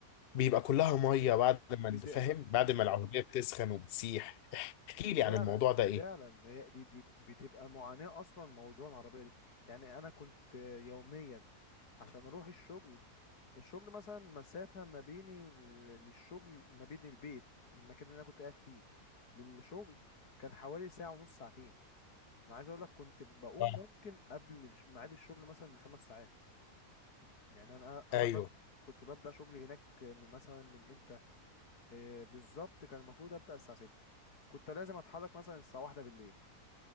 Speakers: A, on the left; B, on the left.
A: بيبقى كلها ميه
B: ب-
A: بعد ما
B: بتبقى
A: فاهم بعد ما العربيه بتسخن وبتسيح احكي لي
B: فعلا
A: عن الموضوع ده ايه
B: فعلا هي دي دي بتبقى معاناة اصلا موضوع العربية دي يعني انا كنت يوميا عشان اروح الشغل الشغل مثلا مسافة ما بيني ل- للشغل ما بين البيت المكان اللي انا كنت قاعد فيه للشغل كان حوالي ساعة ونص ساعتين انا عايز اقول لك كنت بقوم
A: آه.
B: ممكن قبل الش- ميعاد الشغل مثلا بخمس ساعات يعني انا انا
A: ايوه
B: بب... كنت ببدا شغلي هناك من- مثلا من امتى آه، بالظبط كان المفروض ابدا الساعه 6 كنت لازم اتحرك مثلا الساعه 1 بالليل